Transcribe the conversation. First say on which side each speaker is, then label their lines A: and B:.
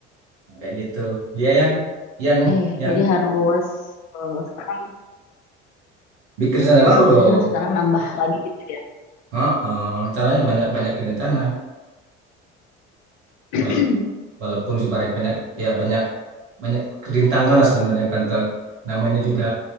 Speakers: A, on the right; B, on the left.
A: Nah, kayak gitu dia yang yang
B: ya ya
A: yang
B: jadi harus eh, sekarang
A: bikin rencana baru
B: jadi
A: dong
B: harus sekarang nambah lagi gitu ya
A: Heeh, rencananya banyak banyak rencana
B: <clears throat>
A: Wala- walaupun sih banyak banyak ya banyak banyak kerintangan lah sebenarnya kan Ter- namanya juga